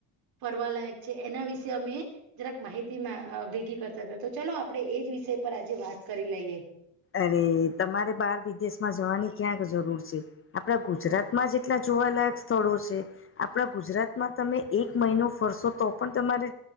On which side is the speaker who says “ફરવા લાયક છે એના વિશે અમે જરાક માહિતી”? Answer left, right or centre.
Right